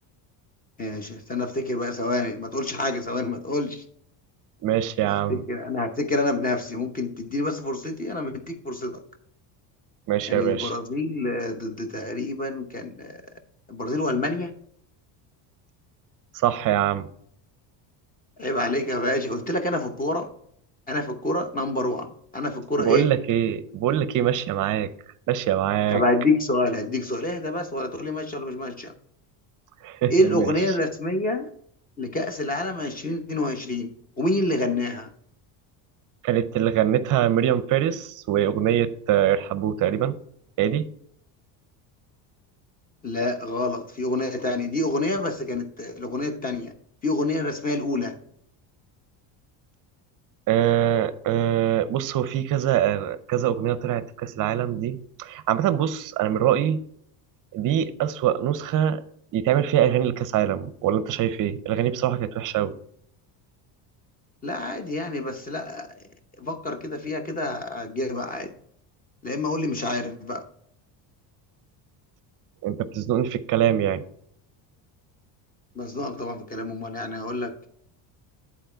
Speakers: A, on the left (about 20°); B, on the right (about 40°).
A: ماشي استنى افتكر بقى ثواني ما تقولش حاجة ثواني ما تقولش
B: ماشي يا عم
A: هفتكر انا هفتكر انا بنفسي ممكن تديني بس فرصتي انا مديك فرصتك
B: ماشي
A: كان
B: يا
A: البرازيل
B: باشا
A: آه، ضد تقريبا كان آه، البرازيل والمانيا
B: صح يا عم
A: عيب عليك يا باشا قلت لك انا في الكورة انا في الكورة نمبر 1 انا في الكورة
B: بقول
A: ايه
B: لك ايه بقول لك ايه ماشيه معاك ماشيه معاك
A: طب هديك سؤال هديك سؤال ايه ده بس ولا تقول لي ماشيه ولا مش ماشيه
B: <laughs>
A: ايه الاغنيه
B: ماشي
A: الرسميه لكأس العالم 2022 ومين اللي غناها
B: كانت اللي غنتها مريم فارس وأغنية آه، إرحبوا تقريبا ادي
A: لا غلط في اغنيه تانية دي اغنيه بس كانت الاغنيه التانية في اغنيه الرسميه الاولى
B: آه آه بص هو في كذا آه، كذا أغنية طلعت في كأس العالم دي عامة بص أنا من رأيي دي أسوأ نسخة يتعمل فيها أغاني لكأس عالم ولا أنت شايف إيه؟ الأغاني بصراحة كانت وحشة أوي
A: لا عادي يعني بس لا فكر كده فيها كده هتجيبها عادي لا اما اقول لي مش عارف بقى
B: أنت بتزنقني في الكلام يعني
A: مزنوق طبعا في كلامه امال يعني هقول لك